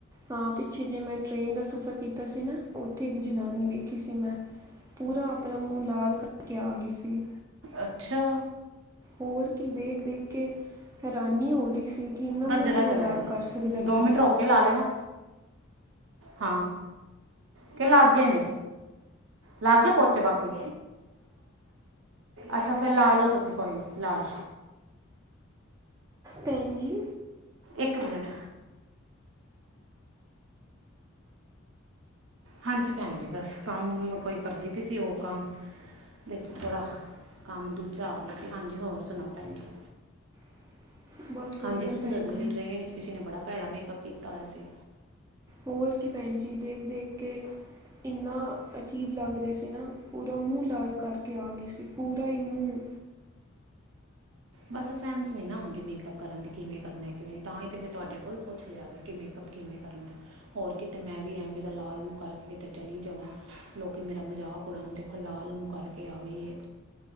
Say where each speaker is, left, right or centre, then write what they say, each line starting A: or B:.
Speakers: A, on the right (about 15°); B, on the right (about 70°).
A: ਹਾਂ ਪਿੱਛੇ ਜੇ ਮੈਂ ਟ੍ਰੇਨ ਦਾ ਸਫ਼ਰ ਕੀਤਾ ਸੀ ਨਾ ਉੱਥੇ ਇੱਕ ਜਨਾਨੀ ਵੇਖੀ ਸੀ ਮੈਂ। ਪੂਰਾ ਆਪਣਾ ਮੂੰਹ ਲਾਲ ਕਰਕੇ ਆ ਗਈ ਸੀ।
B: ਅੱਛਾ।
A: ਹੋਰ ਕੀ ਦੇਖ ਦੇਖ ਕੇ ਹੈਰਾਨੀ ਹੋ ਰਹੀ ਸੀ। ਕਿ ਇੰਨਾ
B: ਬਸ
A: ਮੂੰਹ
B: ਜਰਾ
A: ਕਿਵੇਂ
B: ਜਰਾ
A: ਲਾਲ
B: ਹੈਗੇ
A: ਕਰ ਸਕਦਾ ਬੰਦਾ
B: ਦੋ ਮਿੰਟ ਰੋਕ ਕੇ ਲਾ ਲੈਣਾ ਹਾਂ। ਕਿ ਲਾਗੇ ਨੇ ਲਾਗੇ ਪੋਚੇ ਬਾਕੀ। ਅੱਛਾ ਫ ਫ਼ੇਰ ਲਾ ਲੋ ਤੁਸੀਂ ਕੋਈ ਨੀ ਲਾ ਲੋ।
A: ਪੈਨ ਜੀ।
B: ਇੱਕ ਮਿੰਟ ਹਾਂਜੀ ਭੈਣ ਜੀ ਬਸ ਕੰਮ ਕੋਈ ਕਰਦੀ ਪਈ ਸੀ ਉਹ ਕੰਮ ਵਿੱਚ ਥੋੜਾ ਕੰਮ ਦੂਜਾ ਆ ਗਿਆ ਸੀ ਹਾਂਜੀ ਹੋਰ ਸੁਣਾਓ ਭੈਣਜੀ।
A: <inaudible> ਵਧੀਆ
B: ਹਾਂਜੀ ਤੁਸੀਂ
A: ਭੈਣ
B: ਦੱਸਓ
A: ਜੀ
B: ਸੀ ਟ੍ਰਰੇਨ ਚ ਕਿਸੇ ਨੇ ਬੜਾ ਭੈੜਾ ਮੇਕਅਪ ਕੀਤਾ ਹੋਇਆ ਸੀ।
A: ਹੋਰ ਕੀ ਭੈਣ ਜੀ ਦੇਖ ਦੇਖ ਕੇ ਇਨਾ ਅਜੀਬ ਲੱਗ ਰਿਹਾ ਸੀ ਨਾ ਪੂਰਾ ਮੂੰਹ ਲਾਲ ਕਰਕੇ ਆ ਗਈ ਸੀ ਪੂਰਾ ਹੀ ਮੂੰਹ।
B: ਬਸ ਸੈਂਸ ਨਹੀ ਨਾ ਆਉਦੀ ਮੇਕਅਪ ਕਰਨ ਦੀ ਕਿਵੇ ਕਰਨਾ ਕਿਵੇ ਨ ਤਾਂ ਹੀ ਤਾਂ ਮੈਂ ਤੁਹਾਡੇ ਕੋਲ ਪੁੱਛ ਲਿਆਵੇ। ਕਿ ਮੇਕਅੱਪ ਕਿਵੇ ਕਰਨਾ ਆ। ਹੋਰ ਕਿਤੇ ਮੈ ਵੀ ਐਵੇ ਦਾ ਲਾਲ ਮੂੰਹ ਕਰਕੇ ਕਿਤੇ ਚਲੀ ਜਾਵਾਂ ਲੋਕੀ ਮੇਰਾ ਮਜ਼ਾਕ। ਅਪਣਾ ਦੇਖੋ ਲਾਲ ਮੂੰਹ ਕਰਕੇ ਆ ਗਈਏ।